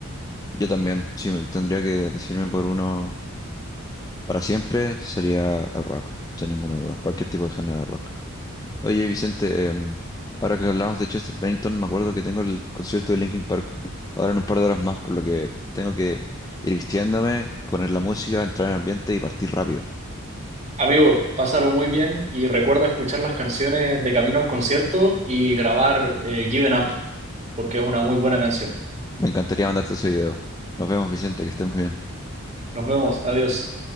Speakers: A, on the left (about 15°); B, on the right (about 30°).
A: Yo también, sí, me- tendría que decidirme por uno Para siempre sería el rock, sin ninguna duda, cualquier tipo de género de rock. Oye, Vicente, em, ahora que hablamos de Chester Bennington, me acuerdo que tengo el concierto de Linkin Park ahora en un par de horas más, por lo que tengo que ir vistiéndome, poner la música, entrar en el ambiente y partir rápido.
B: Amigo, pásalo muy bien y recuerda escuchar las canciones de camino al concierto y grabar eh, Given Up, porque es una muy buena canción.
A: Me encantaría mandarte ese video. Nos vemos, Vicente, que estés muy bien.
B: Nos vemos, adiós.